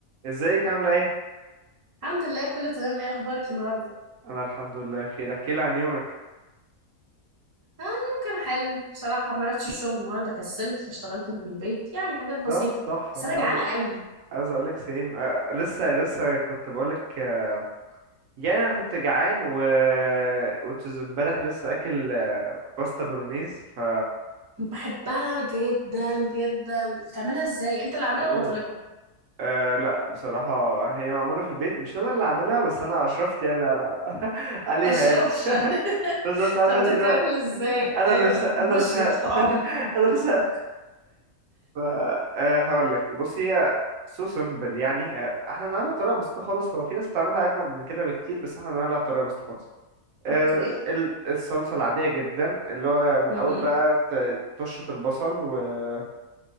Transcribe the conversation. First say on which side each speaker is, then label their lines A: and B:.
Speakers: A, on the right (about 70°); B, on the right (about 30°).
A: ازيك عاملة ايه؟
B: الحمد لله كله تمام ايه اخبارك النهارده
A: انا الحمد لله بخير احكي لي عن يومك
B: اه اليوم كان حلو بصراحه ما رحتش الشغل النهارده كسلت فاشتغلت من البيت يعني حاجات بسيطه
A: ده تحفة
B: بس
A: عايز
B: انا جعانه قوي
A: عايز اقولك سيم آه، لسه لسه كنت بقولك آه، يعني انا كنت جعان و which is امبارح لسه اكل آه، باستا برونيز ف
B: بحبها جدا جدا بتعملها ازاي انت اللي عاملها
A: اوه
B: ولا طالبها
A: آه لا بصراحة هي معمولة في البيت مش أنا اللي عاملها بس أنا أشرفت يعني على <laughs> عليها
B: اشرفت
A: يعني
B: <laughs>
A: <laughs> بالظبط عارفة
B: طب
A: أنت
B: بتتعمل
A: اللي هو
B: ازاي
A: أنا
B: ايوه
A: اللي ش... أنا
B: بشرف
A: اللي شهقت
B: طعم
A: <laughs> أنا اللي شهقت ف آه، هقول لك بص هي سو سمبل يعني آه، احنا نعملها بطريقه بسيطه خالص هو في ناس بتعملها اجمد من كده بكتير بس احنا نعملها بطريقه بسيطه خالص آه،
B: اوكي
A: ال- الصلصه العاديه جدا اللي هو من
B: اها
A: اول بقى ت- تشط البصل وطبعا